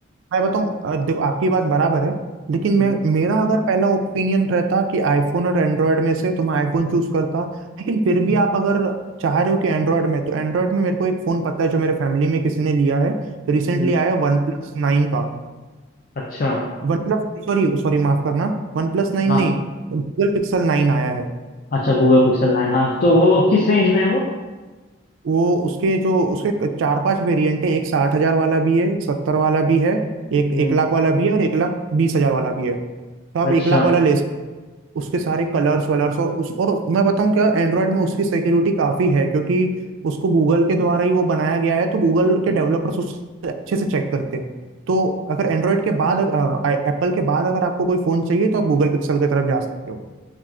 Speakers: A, on the right; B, on the left.
A: मैं बताऊं अ, देखो आपकी बात बराबर है लेकिन मैं
B: हम्म
A: मेरा अगर पहला ओपिनियन रहता कि आईफोन और एंड्रॉयड में से तो मैं आईफोन चूज करता लेकिन फिर भी
B: हम्म
A: आप अगर चाह रहे हो कि एंड्रॉयड में तो एंड्रॉयड में मेरे को एक फोन पता है जो मेरे फैमिली में किसी ने लिया है रिसेंटली
B: हम्म।
A: आया वन प्लस नाइन का
B: अच्छा
A: वन प्लस सॉरी सॉरी माफ करना वन प्लस नाइन
B: हाँ
A: नहीं गूगल पिक्सल नाइन आया है
B: अच्छा गूगल पिक्सल 9 हाँ तो वो किस रेंज में है वो
A: वो उसके जो उसके चार पांच वेरिएंट है एक साठ हजार वाला भी है एक सत्तर वाला भी है एक
B: हम्म
A: एक लाख वाला भी है और एक लाख बीस हजार वाला भी है तो आप
B: अच्छा
A: एक लाख वाला ले उसके सारे कलर्स वलर्स और उस और मैं बताऊं क्या एंड्रॉयड में उसकी सिक्योरिटी काफी है क्योंकि उसको गूगल के द्वारा ही वो बनाया गया है तो गूगल के
B: हम्म,
A: डेवलपर्स उससे अच्छे से चेक करते हैं तो अगर एंड्रॉयड के बाद एप्पल के बाद अगर आपको कोई फोन चाहिए तो आप गूगल पिक्सल की तरफ जा
B: हम्म।
A: सकते हो